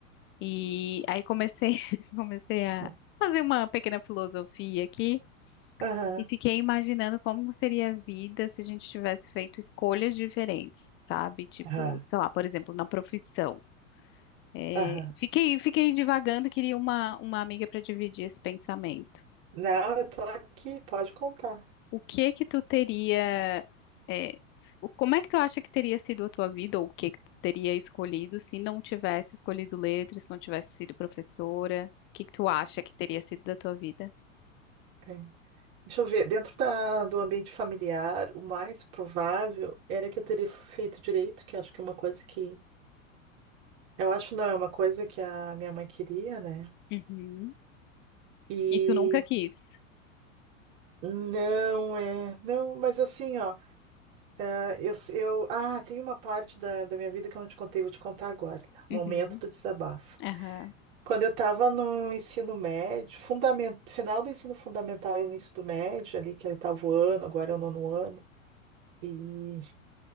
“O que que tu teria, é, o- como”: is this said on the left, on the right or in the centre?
Left